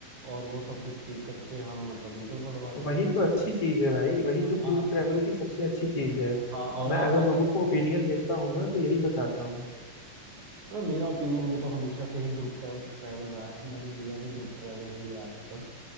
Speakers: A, on the right; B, on the left.
A: और वो सब कुछ ठीक करके हम मतलब निकल पड़ो आगे
B: वही तो अच्छी चीज है भाई वही तो ग्रुप
A: आप
B: ट्रेवल की सबसे अच्छी चीज है
A: हाँ और
B: मैं
A: आप
B: अगर
A: अगर
B: लोगों को ओपिनियन देता हूँ ना तो यही बताता हूँ
A: हाँ मेरा ओपिनियन में तो हमेशा से ही ग्रुप ट्रैवल ट्रैवल रहा है मैंने किया भी ग्रुप ट्रैवल ही है आज तक